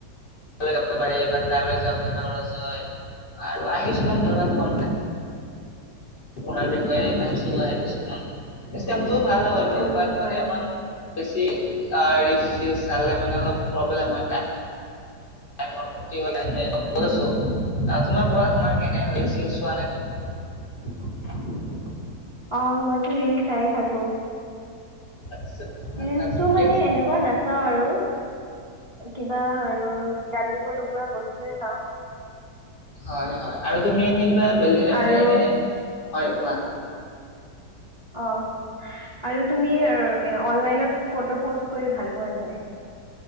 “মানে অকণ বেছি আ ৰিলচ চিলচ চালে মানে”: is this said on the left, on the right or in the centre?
Left